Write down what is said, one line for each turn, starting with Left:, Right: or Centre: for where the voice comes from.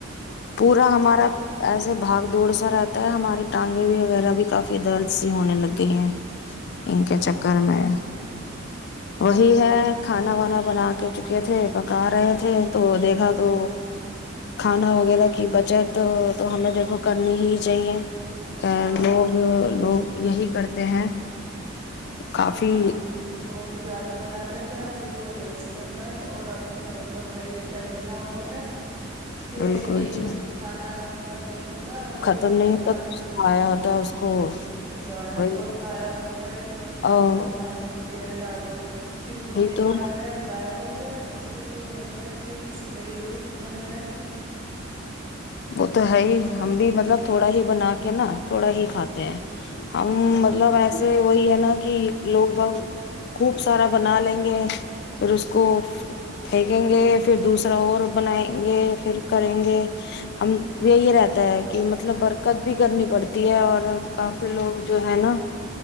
Left: پورا ہمارا ایسے بھاگ دوڑ سا رہتا ہے ہماری ٹانگیں بھی وغیرہ بھی کافی درد سی ہونے لگے ہیں ان
Right: ہاں
Left: کے چکر
Right: وہ بھی
Left: میں وہی ہے کھانا وانا بنا کے چکے تھے پکا رہے تھے تو دیکھا تو کھانا وغیرہ کی بچت تو ہمیں دیکھو کرنی ہی چاہیے
Right: ہاں
Left: لوگ لوگ یہی کرتے ہیں کافی
Right: کھیت نہ بہت زیادہ بنا لیتے ہیں اور پھر وہ ویسٹ ہوتا ہے اور اب تو بقرعید کا اتنا وہ ہے کہ
Left: بالکل
Right: ایک
Left: جی
Right: کھانا تم نہیں ہو جو
Left: ختم
Right: دوسرا
Left: نہیں ہوتا کچھ
Right: ہے
Left: آیا ہوتا اس کو
Right: ضائع
Left: وہی
Right: بہت ضائع ہوتا ہے کہ اس میں
Left: وہی
Right: اتنے مسالے تیل ڈالو پھر وہ بےیکار
Left: تو
Right: گیا ضائع ہوگیا اس سے تو بہتر ہے کہ کسی غریب کے منہ پڑ جائے
Left: وہ تو ہے ہی ہم بھی مطلب تھوڑا ہی بنا کے نا تھوڑا ہی کھاتے ہیں ہم
Right: ہاں
Left: مطلب ایسے وہی ہے نا کہ لوگ بت خوب سارا بنا لیں گے پھر اس کو پھینکیں گے پھر دوسرا اور بنائیں گے پھر کریں گے ہم یہی رہتا ہے کہ مطلب برکت بھی کرنی پڑتی ہے اور کافی لوگ جو ہے نا